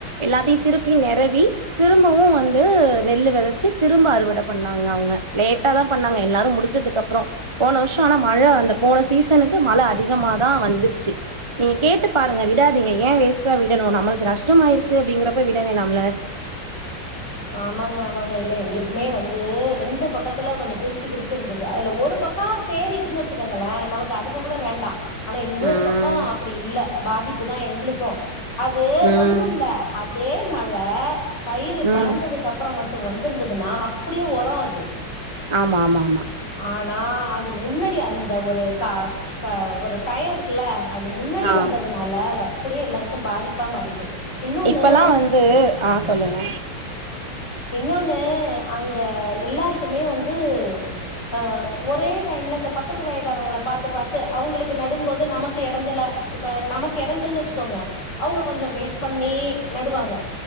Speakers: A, on the right; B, on the left.
A: எல்லாத்தயு திருப்பி நெரவி திரும்பவு வந்து நெல்லு வெதச்சு திரும்ப அறுவட பண்ணாங்க அவுங்க லேட்டா தா பண்ணாங்க எல்லாரு முடிச்சதுக்கப்றோ போன வர்ஷோ ஆனா மழ அந்த போன சீசனுக்கு மழ அதிகம தா வந்துச்சு நீங்க கேட்டு பாருங்க விடாதீங்க ஏன் வேஸ்ட்டா விடணு நம்மளுக்கு நஷ் ட்ருமாயிருக்கு அப்டிங்கிறப்ப விட வேணாம்ல
B: ஆமாங்க ஆமாங்க இல்ல எங்ளுக்குமே வந்து ரெண்டு பக்கத்துல கொஞ்சொ பிரிச்சு பிரிச்சு இருந்துது அதுல ஒரு பக்கா தேரிட்டுன்னு வெச்சுக்கங்கள நமக்கு அதுக்கு கூட வேண்டா அனா இன்னொரு
A: ம்.
B: பக்கோ அப்புடி இல்ல பாதிப்பு தா எங்ளுக்கு அது
A: ம்.
B: ஒன்னுல்ல அதே மழ் ப்ல
A: ம்.
B: வளந்ததுக்கப்பற மட் டு வந்திருந்ததுனா அப்டியே ஒரோ அது
A: ஆமா ஆமா ஆமா
B: ஆனா, அது முன்னடி அந்த ஒரு க க ஒரு டயோ இருக்குல அது முன்னாடி
A: ஆ.
B: வந்ததனால அதப் அப்டியே எல்லாருக்கு பாதிப்பா மாறிட்டு இன்னொன்னு
A: இப்பெல்லா வந்து ஆ சொல்லுங்க
B: இன்னொன்னு அங்க எல்லாருக்குமே வந்து அ ஒரே டைம்ல இந்த பக்கத்து வயகாரவங்கள பாத்து பாத்து அவுங்களுக்கு நடும்போது நமக்கு எடஞ்சலா இப்ப நமக்கு எடஞ்சல்ன்னு வெச்சுக்கோங்க அவுங்க கொஞ்சோ வெயிட் பண்ணி நடுவாங்க